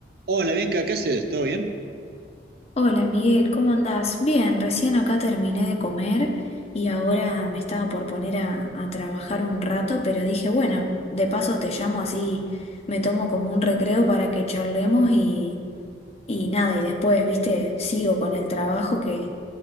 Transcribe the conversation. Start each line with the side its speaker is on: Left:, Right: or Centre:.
Right: Hola, Bianca, ¿qué haces? ¿Todo bien?
Left: Hola Miguel, ¿cómo andás? Bien, recién acá terminé de comer y ahora me estaba por poner a, a trabajar un rato, pero dije, bueno, de paso te llamo así, me tomo como un recreo para que charlemos y, y nada, y después, viste, sigo con el trabajo que,